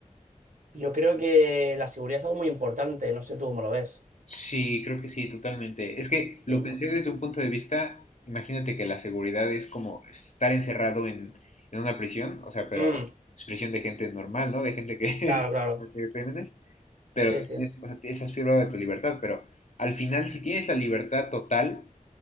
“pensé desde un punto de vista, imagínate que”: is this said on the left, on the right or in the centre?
Left